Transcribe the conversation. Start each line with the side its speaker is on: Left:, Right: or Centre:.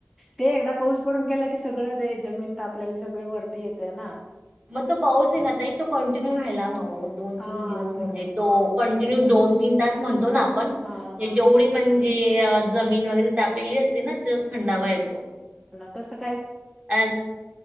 Centre: ते एकदा पाऊस पडून गेला की सगळं ते. जमीन ताप लेल्याला सगळी वरती येते ना.
Right: मग तो पाऊस आहे ना एक तो कंटिन्यू व्हायला हव. दोन
Centre: हा
Right: तीन दिवस म्हणजे
Centre: तरच.
Right: तो कंटिन्यू दोन तीन तास म्हणतो ना आपणण
Centre: हा हा.
Right: जेवढी पण. ते जमीन वगैरे त्या. पेली असते ना ते थंडावा येतो.
Centre: तस.
Right: अ